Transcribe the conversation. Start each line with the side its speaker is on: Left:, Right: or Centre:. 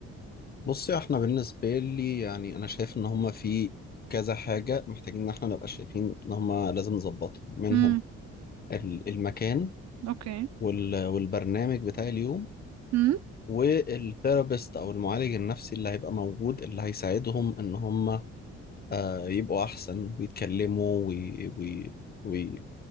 Left: بصي احنا بالنسبة لي يعني انا شايف ان هم في كذا حاجة محتاجين ان احنا نبقى شايفين ان هم لازم نظبطهم منهم
Right: امم
Left: ال- المكان
Right: اوكي
Left: وال- والبرنامج بتاع اليوم
Right: امم
Left: والثيرابيست او المعالج النفسي اللي هيبقى موجود اللي هيساعدهم ان هم آه، يبقوا احسن ويتكلموا وي وي وي